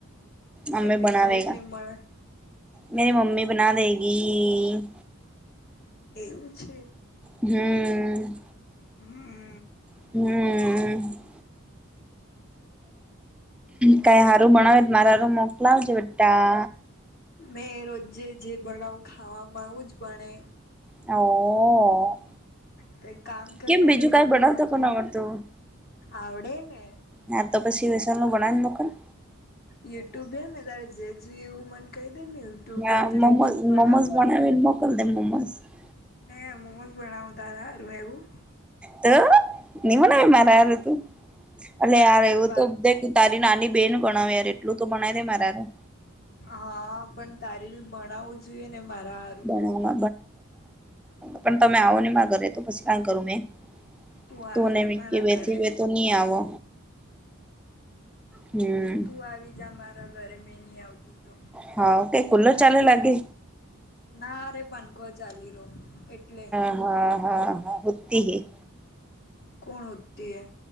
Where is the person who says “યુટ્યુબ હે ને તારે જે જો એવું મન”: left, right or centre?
Left